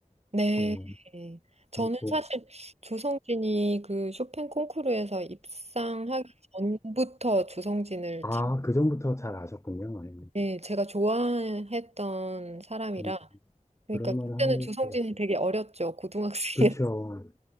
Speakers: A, on the right; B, on the left.
A: 네.
B: 예
A: 저는
B: 그렇고
A: 사실 조성진이 그 쇼팽 콩쿠르에서 입상하기 전부터 조성진을
B: 어아그
A: 참-
B: 전부터 잘 아셨군요 예.
A: 네, 제가 좋아했던 사람이라
B: 음,
A: 그러니까
B: 그럴
A: 그때는
B: 만한
A: 조성진이
B: 것 같습니다
A: 되게 어렸죠. 고등학생이
B: 그렇죠